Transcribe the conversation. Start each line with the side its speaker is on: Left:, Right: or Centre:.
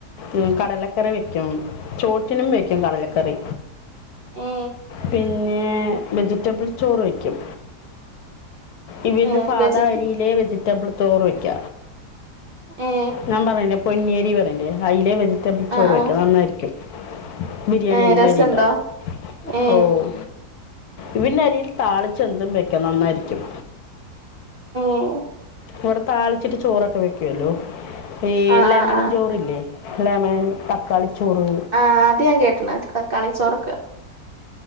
Left: ഉം കടലക്കറി വെക്കും ചോറ്റിനും വെക്കും കടലക്കറി.
Right: ഏ
Left: പിന്നെ വെജിറ്റബിൾ ചോറ് വയ്ക്കും. ഇവല്
Right: ഏ
Left: സാധാ
Right: വെജിറ്റ
Left: അരിയിലെ വെജിറ്റബിൾ തോറ് വെക്ക
Right: ഏ
Left: ഞാൻ പറയണ് പൊന്നിയേരി പറയല്ലെ അയിലെ വെജിറ്റബിൾ ചോറ്
Right: ആ
Left: വയ്ക്കാ
Right: ആ
Left: നന്നായിരിക്കും. ബിരിയാണി
Right: ഏ
Left: അരിമാരി
Right: രസണ്ടോ
Left: ഉണ്ടാവും
Right: ഏ
Left: ഓഹ് ഇവന്റെ അരിയിൽ താളിച്ചെന്തും വെക്ക നന്നായിരിക്കും.
Right: ഉം
Left: ഇവിടെ താളിച്ചിട്ട് ചോറൊക്കെ വെക്കുവല്ലോ ഈ
Right: ആ ആ
Left: ലെമൻ
Right: ആ
Left: ചോറില്ലേ, ലെമൻ തക്കാളി ചോറ്
Right: ആഹ് അത് ഞാൻ കേട്ടണ തക്കാളി ചോറക്ക്.